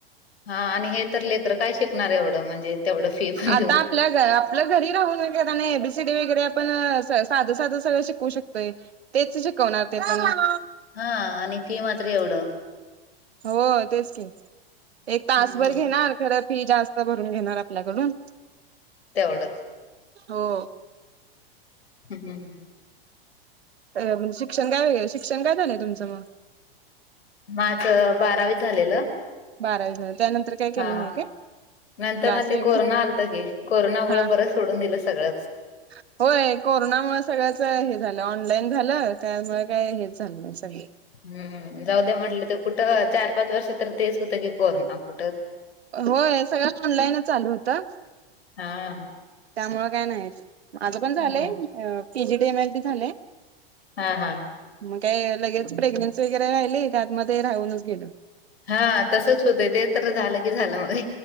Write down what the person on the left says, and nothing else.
हा आणि हे तर लेकरं काय शिकणार आहे एवढं म्हणजे. तेवढं फी पण
देऊन.
हा आणि फी मात्र एवढं.
हम्म
तेवढच
उम्म हम्म.
माझं बारावी झालेला.
हा
नंतर
म ते
कोरोना आलतं की कोरोनामुळं
परत सोडून दिलं सगळंच.
हम्म जाऊद्या म्हटलं तर कुठं चार-पाच वर्ष तर तेच होतं की कोरोना कुठं.
हा.
हम्म
हा हा.
हा तसच होतंय ते तर झालंय की झालं मग.